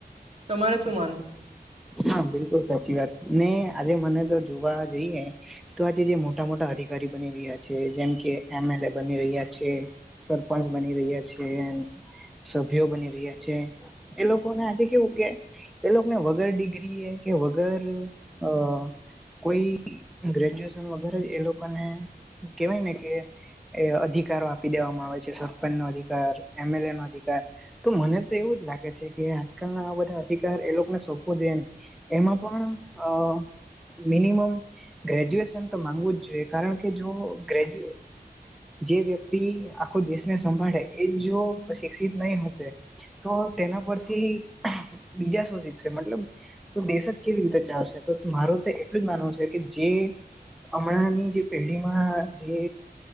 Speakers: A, on the right; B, in the centre.
A: તમારે શું માનું
B: હા બિલકુલ સાચી વાત ને આજે મને તો જોવા જઈએ તો આજે જે મોટા મોટા અધિકારી બની રહ્યા છે જેમ કે એમ એલ એ બની રહ્યા છે સરપંચ બની રહ્યા છીએ સભ્યો બની રહ્યા છે એ લોકોને આજે કેવું કે એ લોકોને વગર ડિગ્રી ડિગ્રી કે વગર અ કોઈ ગ્રેજ્યુએશન વગરે જ એ લોકોને કેહેવાય ને કે એ અધિકારો આપી દેવામાં આવે છે સરપંચ નો અધિકાર એમએલ એ નો અધિકાર તો મને તો એવું જ લાગે છે કે આજકાલ ના આ બધા અધિકાર એ લોકોને સોંપવો જોઈએને એમાં પણ અ મિનિમમ ગ્રેજ્યુએશન તો માંગવું જ જોઈએ કારણ કે જો ગ્રેજ્યુ જે વ્યક્તિ આખો દેશને સંભાળે એ જો શિક્ષિત નહી હશે તો તેના પરથી બીજા શું શીખશે મતલબ તો દેશ જ કેવી રીતે ચાલશે તો મારું તો એટલું જ માનવું છે કે જે હમણાં ની જે પેઢીમાં જે